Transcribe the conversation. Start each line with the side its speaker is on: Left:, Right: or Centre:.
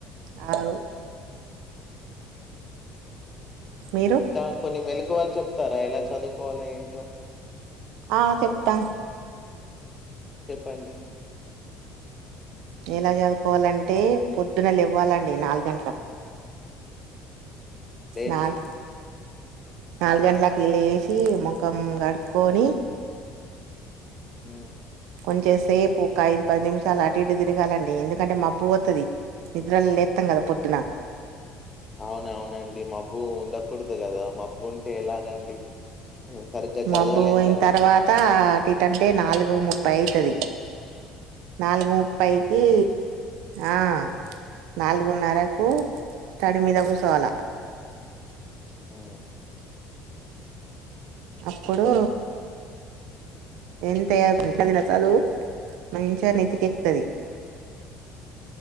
Right: ఆవు మీరు
Left: ఇంకా కొన్ని మెలు వాళ్లు చెప్తారా ఎలా చదువుకోవాలి ఏంటో
Right: ఆ చెప్తాను
Left: చెప్పండి
Right: ఎలా చదువుకోవాలంటే పొద్దున ఇవ్వాలండి నాలుగు గంటలకు
Left: లేేచీ
Right: నాలుగు నాలుగు గంటలకి లేసి ముఖం కడుక్కకొని
Left: అ
Right: కొంచెం సేపు ఒక ఐదు పది నిమిషాలు అడ ఇటు తిరగాలండి ఎందుకంటే మబ్బు పోతుది నిద్రలో లేస్తాం కదా పొద్దున
Left: అవునవునండి మబ్బు ఉండకూడదు గదా మబ్బు ఉంటే ఎలాగండి సరిగ్గా చదవలేం
Right: మబ్బు అయిన
Left: గదా!
Right: తర్వాత అటూ ఇటు అంటే నాలుగు ము అయితది నాలుగు ముప్పైకి ఆ నాలుగు నాలుగున్నర కు స్టడీ మీద కూర్చోవాల
Left: ఆ
Right: అప్పుడు ఎం తయారు అది చదువు మంచిగా నీతికెక్తుది